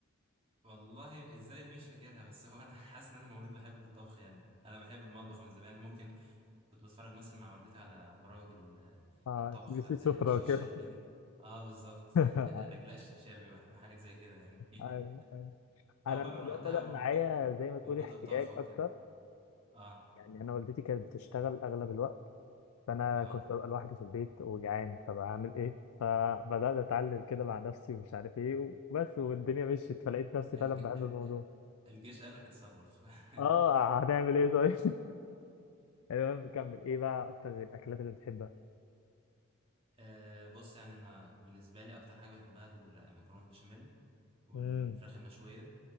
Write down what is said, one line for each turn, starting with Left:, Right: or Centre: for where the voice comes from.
Right: والله ازاي دي مش فاكرها بس هو انا <laughs> حاسس ان انا مولود بحب الطبخ يعني انا بحب المطبخ من زمان ممكن كنت بتفرج مثلا مع والدتي على برامج ال-
Left: اه
Right: الطبخ
Left: بي سي
Right: زي
Left: سفرة
Right: شيف
Left: وكده
Right: الشربيني اه بالظبط
Left: <laughs>
Right: <laughs> نجلاء الشرشابي وح- وحاجات زي كده يعني
Left: ايوه
Right: <laughs>
Left: ايوه
Right: فهو
Left: انا
Right: بقى
Left: الموضوع
Right: من وقتها
Left: بدأ
Right: وكتب,
Left: معايا زي ما تقولي
Right: وكتب
Left: احتياج
Right: طبخ وكده
Left: اكتر
Right: اه
Left: يعني انا والدتي كانت بتشتغل اغلب الوقت فانا
Right: اه
Left: كنت ببقى لوحدي في البيت وجعان طب اعمل ايه فبدات اتعلم كده مع نفسي ومش عارف ايه وبس والدنيا مشيت فلقيت نفسي
Right: الج...
Left: فعلا بحب
Right: ال-
Left: الموضوع
Right: الجيش قال لك اتصرف
Left: اه
Right: <laughs>
Left: هنعمل ايه طيب <laughs> المهم نكمل ايه بقى اكتر الاكلات اللي بتحبها
Right: آه بص يعني انا بالنسبه لي اكتر حاجه بحبها المكرونه البشاميل والفراخ
Left: امم
Right: المشويه